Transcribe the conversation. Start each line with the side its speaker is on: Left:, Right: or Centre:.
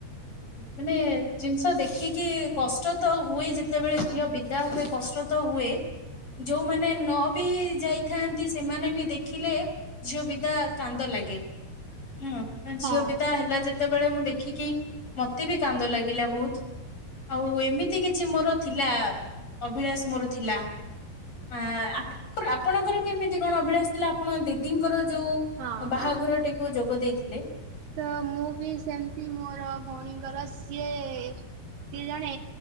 Left: ମାନେ ଜିନ ତ ଦେଖିକି କଷ୍ଟ ତ ହୁଏ ଯେତେବେଳେ ଝିଅ ବିଦା ହୁଏ କଷ୍ଟ ତ ହୁଏ। ଯୋଉମାନେ ନ ବି ଯାଇଥାନ୍ତି ସେମାନେ ବି ଦେଖିଲେ। ଝିଅ ବିଦା କାନ୍ଦ ଲାଗେ, ହୁଁ। ନା
Right: ହଁ
Left: ଝିଅ ବିଦା ହେଲା ଯେତେବେଳେ ମୁଁ ଦେଖିକି ମତେ ବି କାନ୍ଦ ଲାଗିଲା ବହୁତ। ଆଉ ଏମିତି କିଛି ମୋର ଥିଲା ଅଭିଳାଷ ମୋର ଥିଲା। ଆ ଆପଣଙ୍କର କେମିତି କଣ ଅଭିଳାଷ ଥିଲା ଆପଣ ଦିଦିଙ୍କର ଯୋଉ।
Right: ହଁ
Left: ବାହାଘରଟିକୁ
Right: ହଁ
Left: ଯୋଗ ଦେଇଥିଲେ।
Right: ତ ମୁଁ ବି ସେମିତି ମୋର ଭଉଣୀଙ୍କର ସିଏ ସିଏ ଜଣେ।